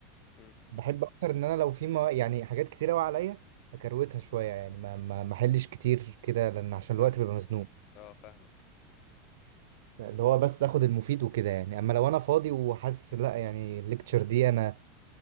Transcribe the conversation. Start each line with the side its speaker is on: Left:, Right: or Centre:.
Left: امم
Right: بحب اكتر ان انا لو في ما يعني حاجات كتير قوي عليا اكروتها شويه يعني ما ما ما احلش كتير كده لان عشان الوقت
Left: فاهم
Right: بيبقى مزنوق
Left: اه فاهمك
Right: اللي هو بس اخد المفيد وكده يعني اما لو انا فاضي وحاسس لا يعني الليكتشر دي انا